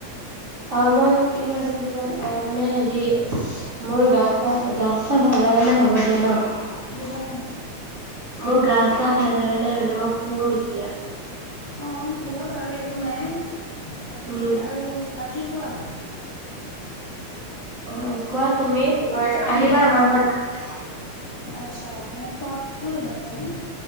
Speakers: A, on the right; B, on the left.
A: অ মই কি কৈছিলো জান অ মানে হেৰি মোৰ গা গা চা ভাল লগাগা নে হব দিয়া ন। <unintelligible>
B: বুজা নাই।
A: মোৰ গা চা ভাল লগা নাই মানে মই শুম এতিয়া।
B: অ শুব পাৰো একো নাই। হেৰি
A: উম।
B: আৰু বা কোৱা!
A: অ কোৱা তুমি, তোমাৰ
B: তুমি
A: আহিবা আমাৰ ঘৰত।
B: আচ্ছা মানে খোৱা বোৱা হ'ল ভাত পানী।